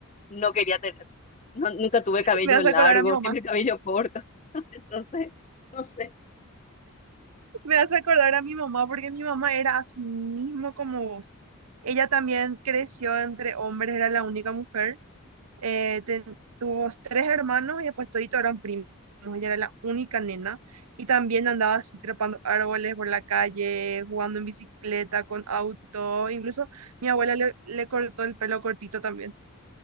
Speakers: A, on the left (about 30°); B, on the right (about 85°).
A: No quería tener, no- nunca tuve cabello
B: Me hace
A: largo,
B: acordar a mi mamá.
A: siempre cabello corto. <laughs> Entonces, no sé.
B: Me hace acordar a mi mamá porque mi mamá era así mismo como vos. Ella también creció entre hombres, era la única mujer. Eh, ten- tuvo tres hermanos y después toditos eran primos. Ella era la única nena y también andaba así trepando árboles por la calle, jugando en bicicleta, con auto. Incluso mi abuela le, le cortó el pelo cortito también.